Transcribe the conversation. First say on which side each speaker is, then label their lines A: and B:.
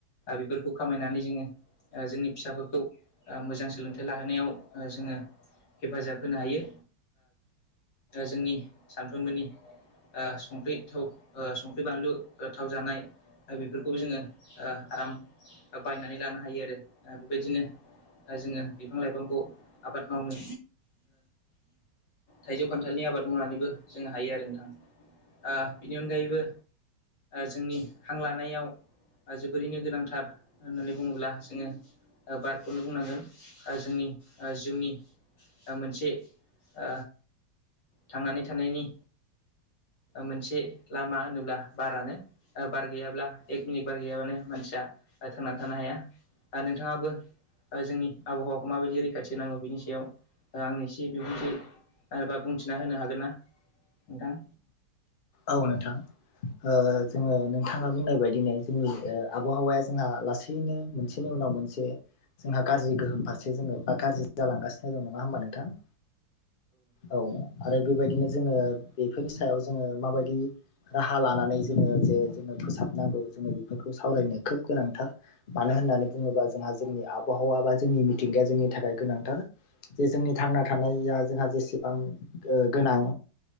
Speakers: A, on the left; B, on the left.
A: बेफोरखौ खामायनानै जोङो ओ जोंनि फिसाफोरखौ मोजां सोलोंथाइ लाहोनायाव जोङो हेफाजाब होनो हायो जोंनि सानफ्रोमबोनि ओ संख्रि थाओ संख्रि बानलु थाव जानाय बेफोरखौबो ओ जोङो आराम बायनानै लानो हायो आरो बेबायदिनो जोङो बिफां लाइफांखौ आबाद मावनो थाइजौ खान्थालनि आबाद मावनानैबो जों हायो आरो नोंथां ओ बेनि अनगायैबो जोंनि हां लानायाव जोबोरैनो गोनांथार होननानै बुङोब्ला जोङो बारखौनो बुंनांगोन जोंनि जिउनि मोनसे ओ थांनानै थानायनि मोनसे लामा होनोब्ला बारानो बार गैयाब्ला एक मिनिट बार गैयाबानो मानसिया थांनानै थानो हाया आरो नोंथाङाबो जोंनि आबहावाखौ माबायदि रैखाथि होनांगौ बिनि सायाव आंनो एसे बिबुंथि आरोबा बुंथिना होनो हागोन ना नोंथां
B: औ नोंथां ओ जोङो नोंथाङा बुंनाय बायदिनो जोंनि आबहावाया जोंहा लासै बिदिनो मोनसेनि उनाव मोनसे जोंहा गाज्रि गोहोम फारसे जोङो बा गाज्रि जालांगासिनो दं नङा होमबा नोंथां औ आरो बेबायदिनो जोङो बेफोरनि सायाव जोङो माबायदि राहा लानानै जोङो जे जोङो फोसाबनांगौ जोङो बेफोरखौ सावरायनो खोब गोनांथार मानो होननानै बुङोबा जोंहा जोंनि आबहावा बा जोंनि मिथिंगाया जोंनि थाखाय गोनांथार जे जोंनि थांना थानाया जोंहा जेसेबां गोनां